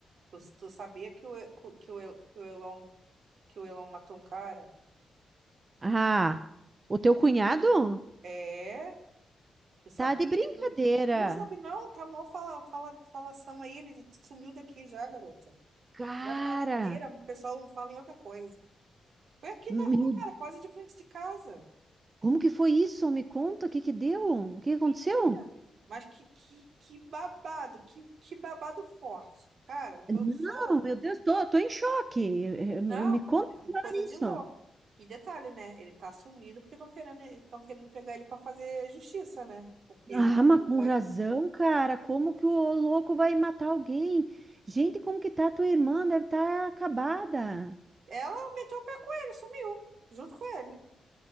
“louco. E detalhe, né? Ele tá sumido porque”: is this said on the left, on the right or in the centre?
Right